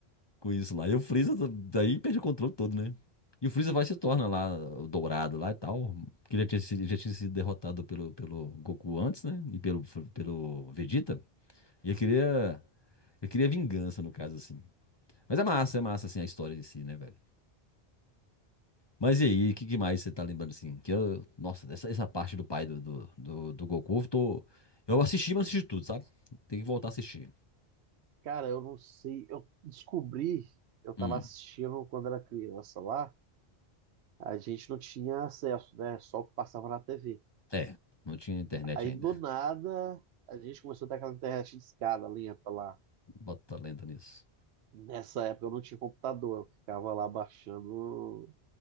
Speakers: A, on the left; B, on the right.
A: com isso lá. E o Freeza daí perde o controle todo, né? E o Freeza vai e se torna lá o dourado lá e tal. Que ele já tinha, sido- já tinha sido derrotado pelo, pelo Goku antes, né? E pelo, pelo Vegeta. E ele queria, ele queria vingança, no caso, assim. Mas é massa, é massa, assim, a história em si, né, velho? Mas e aí, o que, que mais você tá lembrando assim? Que eu, nossa, dessa essa parte do pai do, do, do, do Goku, eu tô. Eu assisti, mas não assisti tudo, sabe? Tem que voltar a assistir.
B: Cara, eu não sei. Eu descobri, eu tava
A: Hum.
B: assistindo quando era criança lá. a gente não tinha acesso, né? Só o que passava na TV.
A: É, não tinha internet
B: Aí
A: ainda.
B: do nada a gente começou a ter aquela internet de escada lenta lá.
A: <laughs> Bota lenda nisso.
B: Nessa época eu não tinha computador, eu ficava lá baixando